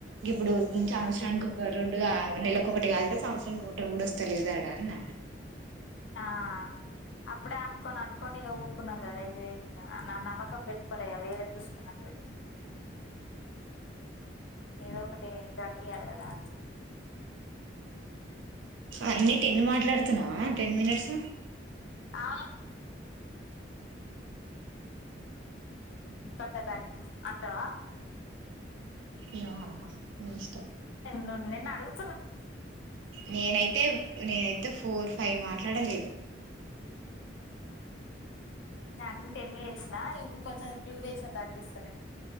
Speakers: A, on the right; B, on the left.
A: గిప్పుడు సంవత్సరానికి ఒక రెండు నెలకోకటి కాదు సంవత్సరానికి ఒకటి కుడుస్తలేదన్న
B: ఆ అప్పుడే అనుకోని అనుకోని ఇక ఊప్పున్నాం కదా ఇదు వే నా నమ్మకం పెట్టుకోలే కద వేరే చూసుకున్నాను ఏదో ఒకటి గడిపియాలి కదా
A: అన్ని టెన్ మాట్లాడుతున్నావా టెన్ మినిట్స్
B: ఆ <unintelligible> అంటవా
A: ఏమమ్మ నీ ఇష్టం
B: ను నిన్నడుగ్
A: నేనైతే నేనైతే ఫోర్ ఫైవ్ మాట్లాడలేదు
B: న అన్నీ టెన్ చేసిన ఇప్పుడు కొంచెం డ్యూరేషన్ తగ్గిస్తుంది